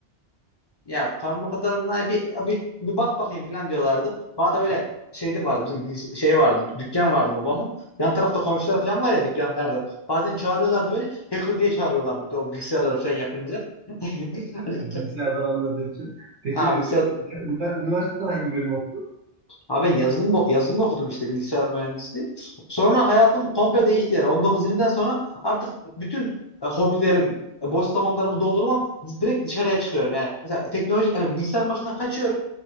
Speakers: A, on the left; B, on the right.
A: ya parmak adamına bir, bir, bir bak bakayım falan diyorlardı. Bana da böyle şeyde vardı bizim bir şey vardı dükkan vardı babamın. Yan tarafta komşular falan var ya dükkanlardan. Bazen çağırıyorlardı beni hacker diye çağırıyorlardı bir de o bilgisayarlara falan yapınca. <laughs> Hani,
B: Bilgisayardan anladığın için. Peki
A: Ha bilgisayar,
B: ünivers- üniversitede hangi bölüm okudun?
A: Abi ben yazılım, bo- yazılım okudum işte bilgisayar mühendisliği. Sonra hayatım komple değişti yani. On dokuz 20den sonra artık bütün e, hobilerim, e, boş zamanlarımı doldurmam direkt dışarıya çıkıyorum. Yani mesela teknoloji, yani bilgisayarın başından kaçıyorum.